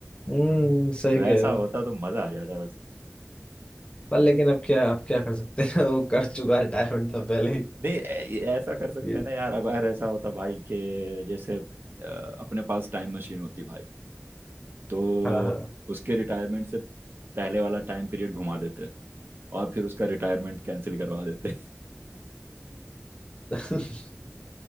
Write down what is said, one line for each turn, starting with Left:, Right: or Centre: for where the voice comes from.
Left: हम्म
Right: सही
Left: सही
Right: वैसा
Left: कह रहे
Right: कह
Left: हो
Right: रहे होता हो तो मजा आ जाता बस
Left: पर लेकिन अब क्या आप क्या कर सकते हैं <laughs> वो कर चुका रिटायरमेंट तो पहले ही
Right: नहीं ऐ- ऐसा कर सकते
Left: ये
Right: हैं ना यार अगर ऐसा होता भाई के जैसे अ, अपने पास टाइम मशीन होती भाई तो
Left: हाँ
Right: उसके रिटायरमेंट से पहले वाला टाइम पीरियड घुमा देते और फिर उसका रिटायरमेंट कैंसिल करवा देते
Left: हाँ <laughs>